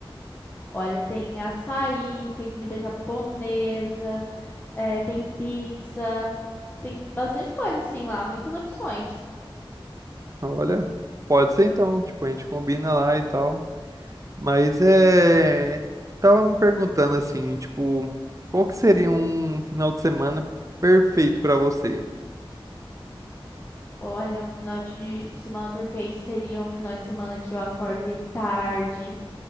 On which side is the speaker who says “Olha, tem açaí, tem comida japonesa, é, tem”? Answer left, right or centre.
Left